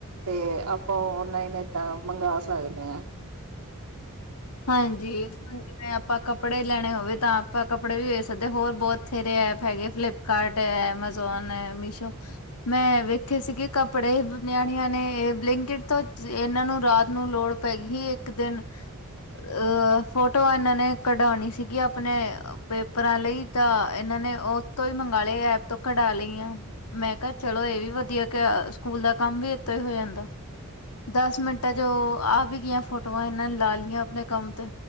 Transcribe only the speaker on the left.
ਹਾਂਜੀ। ਹੁਨ ਜਿਵੇਂ ਆਪਾਂ ਕੱਪੜੇ ਲੈਣੇ ਹੋਵੇ ਤਾਂ ਆਪਾਂ ਕੱਪੜੇ ਵੀ ਵੇਖ ਸਕਦੇ ਆ ਹੋਰ ਬਹੁਤ ਥੇਰੇ ਐਪ ਹੈਗੇ ਫਲਿੱਪ ਕਾਰਟ ਹੈ, ਐਮਾਜ਼ੋਨ ਹੈ, ਮੀਸ਼ੋ। ਮੈਂ ਵੇਖੇ ਸੀਗੇ ਕੱਪੜੇ ਨਿਆਣੀਆਂ ਨੇ, ਇਹ ਬਲਿੰਕਇੱਟ ਤੋਂ, ਇਹਨਾਂ ਨੂੰ ਰਾਤ ਨੂੰ ਲੋੜ- ਪਇ ਗੀ, ਇੱਕ ਦਿਨ ਅ ਫੋਟੋ ਇਹਨਾਂ ਨੇ, ਕਢਾਉਣੀ ਸੀਗੀ ਆਪਣੇ ਪੇਪਰਾਂ ਲਈ ਤਾਂ, ਇਹਨਾਂ ਨੇ ਉਹ ਤੋਂ ਹੀ ਮੰਗਵਾ ਲਏ, ਐਪ ਤੋਂ ਕਢਾ ਲਈ ਆ ਮੈਂ ਕਿਹਾ, ਚਲੋ ਇਹ ਵੀ ਵਧੀਆ ਕਿ, ਸਕੂਲ ਦਾ ਕੰਮ ਵੀ ਇੱਤੋਂ ਹੀ ਹੋ ਜਾਂਦਾ ਦਸ ਮਿੰਟਾਂ'ਚ, ਆ ਵੀ ਗਈਆਂ ਫੋਟੋਆਂ ਇਹਨਾਂ ਨੇ, ਲਾ ਲਈਆਂ ਆਪਣੇ ਕੰਮ ਤੇ